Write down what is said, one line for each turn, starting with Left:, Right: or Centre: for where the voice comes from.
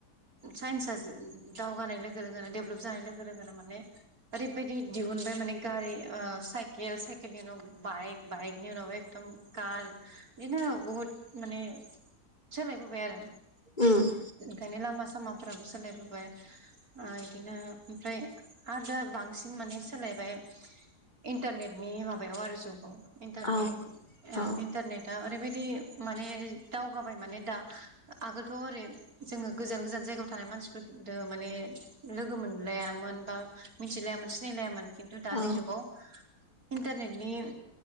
Right: साइन्सआ दावगानाय लोगो लोगोनो डेभेलप जानाय लोगो लोगोनो माने ओरैबायाददि दिहुनबाय माने गारि ओ साइकेल साइकेलनि उनाव बाइक बाइकनि उनावबो एकदम कार बिदिनो बुहुद माने सोलायबोबाय आरो। ओंखायनो
Left: उम
Right: लामा सामा फोराबो सोलायबोबाय ओ इदिनो ओमफ्राय आरो दा बांसिन माने सोलायबाय इन्टारनेटनि माबायाव आरो जुगाव। इन्टारनेट
Left: औ
Right: ओ
Left: औ
Right: इन्टारनेट दा ओरैबायदि माने दावगाबाय माने दा आगोल थ' ओरै जोङो गोजान गोजान जायगायाव थानाय मानसिफोर माने लोगो मोनलायामोन बा मिथिलायामोन सिनायलायामोन। खिनथु दानि
Left: औ
Right: जुगाव इन्टारनेट बिनि